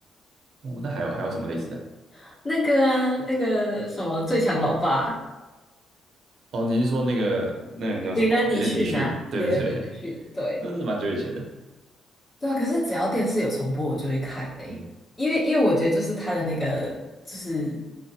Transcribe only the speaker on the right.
哦，那还有还有什么类似的？
哦，你是说那个那个人叫什么啊连尼逊？
对对对，
<laughs>
那是蛮久以前的。
嗯，